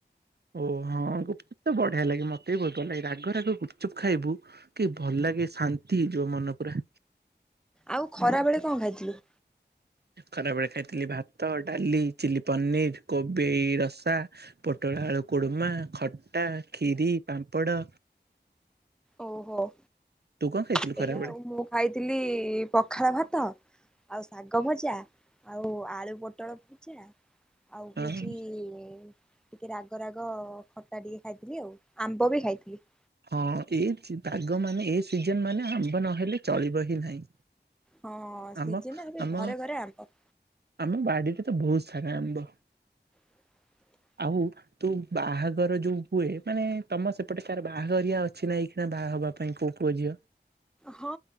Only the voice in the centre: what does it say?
ଆଉ ଖରା ବେଳେ କଣ ଖାଇଥିଲୁ
ଓହୋ
ସେଇଆ
ଆଉ ମୁଁ ଖାଇଥିଲି ପଖାଳ ଭାତ ଆଉ ଶାଗ ଭଜା ଆଉ ଆଳୁ ପୋଟଳ ଭଜା ଆଉ
ହଉଛି ଟିକେ ରାଗ ରାଗ ଖଟା ଟିକେ ଖାଇଥିଲି, ଆଉ ଆମ୍ବ ବି ଖାଇଥିଲି।
ହଁ ସିଜିନ
ଏବେ
ଘରେ ଘରେ ଆମ୍ବ।
ସ
ହଁ